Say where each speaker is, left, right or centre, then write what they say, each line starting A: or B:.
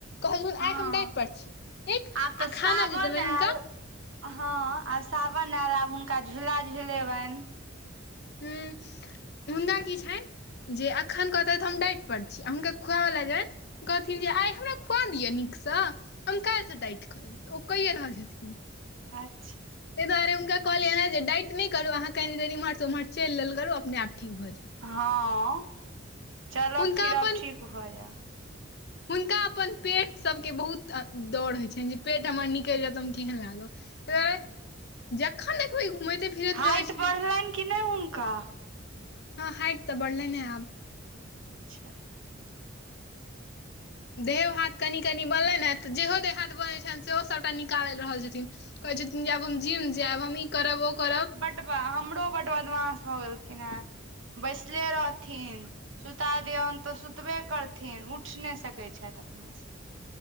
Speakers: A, on the left; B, on the right.
A: कहै छथून
B: हँ
A: आइ डाइट पर छी ठीक,
B: आब तऽ
A: आ
B: सावन
A: खाना जे देबैन
B: आयल
A: हुनका त
B: हँ, आब सावन एल, आब हुनका झूला झुलेबैन।
A: हूं, हुन्ना की छैन? जे अखन कहतैथ हम डाइट पर छी आ हुनका खुआवले जेवैन कहथिन जे आइ हमरा खुआ दिय नीक स हम कैल्ह से डाइट कर तऽ ओ कैये रहल छथिन।
B: आर
A: तै दुआरे हुनका कहलियैन्हें जे डाइट नै करू अहाँ कनि देर इम्हर-स-उम्हर चैल लेल करू अपने-आप ठीक भऽ जे।
B: हँ, चलब-फिरब
A: हुनका अपन
B: ठीक भऽ जेब।
A: हुनका अपन पेटसब के बहुत आ दर होइ छैन जे पेट हमर निकैल जेत तऽ हम केहेन लागब? पै, जखन देखबै घुमैते फिरैत
B: हाइट
A: रहै छथि
B: बढ़लैन कि नै हुनका?
A: हँ हाइट तऽ बढ़लैने आब
B: अच्छा।
A: देहो-हाथ कनि-कनि बनलैन्हें, तऽ जेहो देह-हाथ बनै छैन सेहो सबटा निकाल रहल छथिन। कऐ छथिन जे आब हम जिम जेब, हम ई-करब ओ करब
B: ब- बा हमरो बड बदमाास भऽ गेलखिन्हें, बैसले रहथिन। सुता दियौन तऽ सुतबे करथिन उठ नै सकै छैथ अपने स।